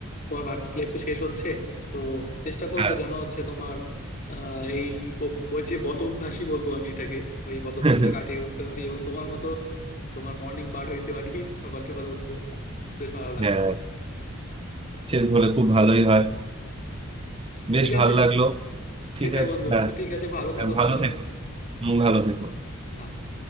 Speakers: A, on the left; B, on the right.
A: তোমার ভার্সিটি লাইফ তো শেষ হচ্ছে তো চেষ্টা করব
B: হ্যাঁ
A: যেন হচ্ছে তোমার আহ, এই অভ- ওই যে বদ অভ্যাসই বলবো আমি এটাকে ওই বদ অভ্যাসটা
B: <laughs>
A: কাটিয়ে উঠতে পারি এবং তোমার মতো তোমার মর্নিং বার্ড হইতে পারি সকাল সকাল উঠবো বেশ ভালো লাগবে
B: হ্যাঁ সে বলে খুব ভালোই হয় বেশ
A: ঠিক আছে
B: ভালো লাগলো ঠিক
A: সেটাই
B: আছে
A: বন্ধু
B: হ্যাঁ
A: তো ঠিক আছে ভালো
B: হ্যাঁ,
A: থাকো
B: ভালো
A: তাহলে
B: থেকো হুম, ভালো থেকো
A: আচ্ছা